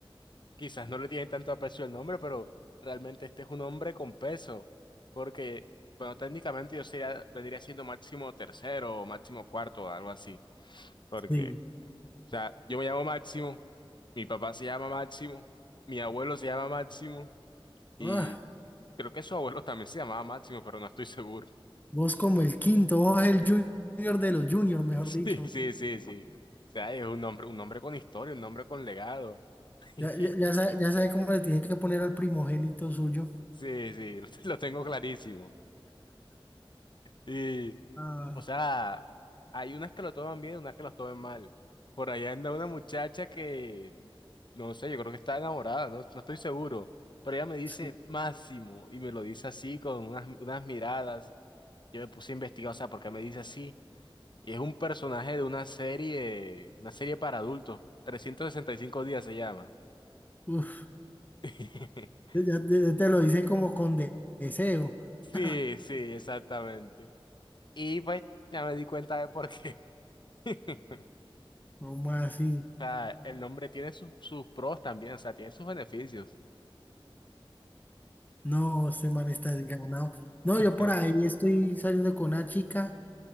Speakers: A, on the left; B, on the left.
A: quizás no le tiene tanto aprecio el nombre, pero realmente este es un hombre con peso. Porque, bueno, técnicamente yo sería, vendría siendo máximo tercero o máximo cuarto, algo así. porque
B: Sí.
A: sea, yo me llamo Máximo, mi papá se llama Máximo, mi abuelo se llama Máximo y
B: Ah,
A: creo que su abuelo también se llamaba Máximo, pero no estoy seguro. <laughs>
B: vos como el quinto, vos el junior de los juniors, mejor dicho.
A: Sí, sí, sí, sí. O sea, es un nombre, un nombre con historia, un nombre con legado. <laughs>
B: Ya, ya, ya sabe, ya sabe cómo le tiene que poner al primogénito suyo.
A: Sí, sí, lo lo tengo clarísimo. y
B: Ah,
A: O sea, hay unas que lo toman bien, unas que los toman mal. Por allá anda una muchacha que, no sé, yo creo que está enamorada, no, no estoy seguro. Pero ella me dice
B: sí.
A: Máximo y me lo dice así con unas, unas miradas. Yo me puse a investigar, o sea, ¿por qué me dice así. Y es un personaje de una serie, una serie para adultos. trescientos sesenta y cinco días se llama.
B: Uf,
A: <laughs>
B: ya, ya te lo hice como con de- deseo.
A: Sí,
B: <laughs>
A: sí, exactamente. Y pues ya me di cuenta de por qué. <laughs>
B: ¿Cómo así?
A: O sea, el nombre tiene sus sus pros también, o sea, tiene sus beneficios.
B: No, este man está desganado. No,
A: <laughs>
B: yo por ahí estoy saliendo con una chica,